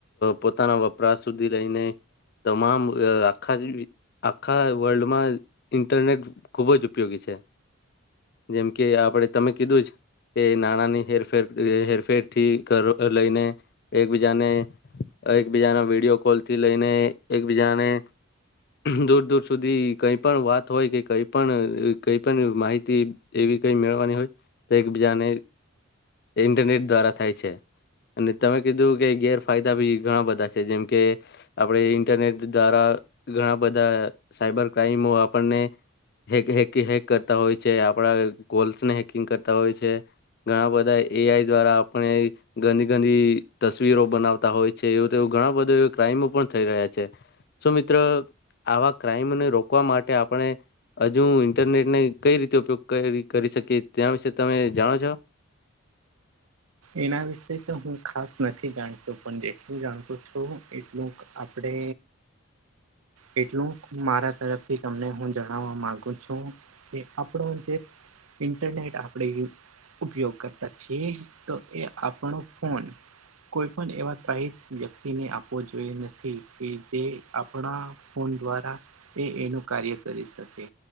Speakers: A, on the left; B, on the right.
A: પોતાના વપરાશ સુધી રઈને તમામ અ આખા આખા વર્લ્ડમાં ઇન્ટરનેટ ખુબ જ ઉપયોગી છે, જેમ કે આપણેે તમે કીધું જ એ નાણાં ની હેરફેર એ હેરફેરથી ઘરો અ લઈને. એકબીજાને, એકબીજાના વિડીયો કોલ થી લઈને એકબીજાને દૂર દૂર સુધી કઈ પણ વાત હોય કે, કઈ પણ કઈ પણ માહિતી એવી કઈ મેળવાની હોય, તો એકબીજાને ઇન્ટરનેટ દ્વારા થાય છે. અને તમે કીધું કે ગેરફાયદા ભી ઘણા બધા છે, જેમ કે આપણે ઇન્ટરનેટ દ્વારા ઘણા બધા સાયબર ક્રાઈમો આપણને હેક હેક હેક કરતા હોય છે, આપણા કોલ્સ ને હેકિંગ કરતા હોય છે. ઘણા બધા એ આઈ દ્વારા આપણે ગંદી ગંદી તસવીરો બનાવતા હોય છે, એવું તો ઘણા બધા ક્રાઈમો પણ થઈ રહ્યા છે. શુ મિત્ર આવા ક્રાઈમને રોકવા માટે આપણે હજુ ઇન્ટરનેટ ને કઈ રીતે ઉપયોગ કરી કરી શકીએ, ત્યાં વિશે તમે જાણો છો?
B: એના વિશે તો હું ખાસ નથી જાણતો, પણ જેટલું જાણતો છું એટલું આપડે કેટલુંક હુ મારા તરફથી તમને હું જણાવવા માગુ છું. કે આપડો જે ઇન્ટરનેટ આપડે ઉપયોગ કરતા છીએ તો એ આપણો ફોન. કોઈ પણ એવા ત્રાહિત વ્યક્તિને આપવો જોઈએ નથી કે જે આપડા ફોન દ્વારા એ એનું કાર્ય કરી શકે.